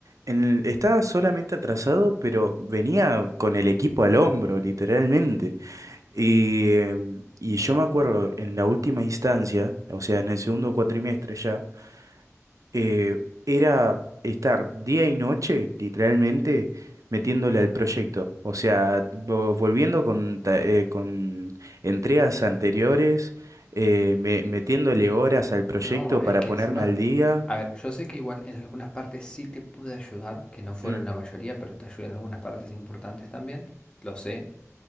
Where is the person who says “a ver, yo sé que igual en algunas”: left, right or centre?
Left